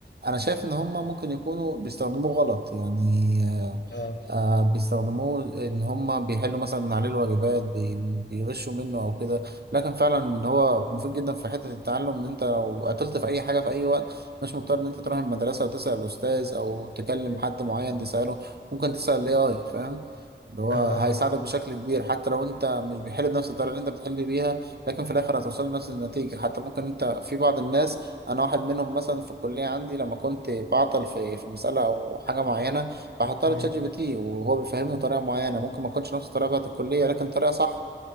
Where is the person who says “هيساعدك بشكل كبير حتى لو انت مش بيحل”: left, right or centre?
Right